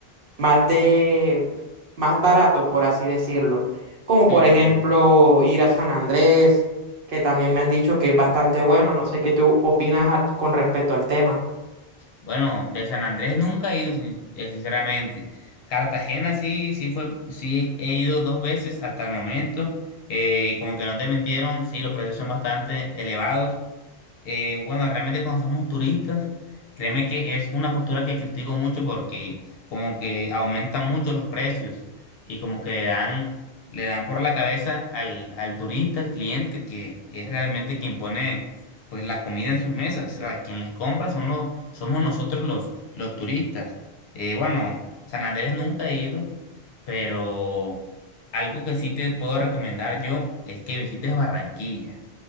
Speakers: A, on the right; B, on the left.
A: más de, más barato, por así decirlo. Como
B: Sí,
A: por
B: sí.
A: ejemplo ir a San Andrés, que también me han dicho que es bastante bueno. No sé qué tú opinas a- con respecto al tema.
B: Bueno, de San Andrés nunca he ido, sin- eh, sinceramente. Cartagena sí, sí fue, sí he ido dos veces hasta el momento. Eh, y como que no te mintieron, sí, los precios son bastante elevados. Eh, bueno, realmente cuando somos turistas, créeme que es una postura que critico mucho porque como que aumentan mucho los precios y como que le dan, le dan por la cabeza al, al turista, al cliente, que es realmente quien pone pues la comida en sus mesas. O sea, quien les compra son los, somos nosotros los, los turistas. Eh, bueno, San Andrés nunca he ido, pero algo que sí te puedo recomendar yo es que visites Barranquilla.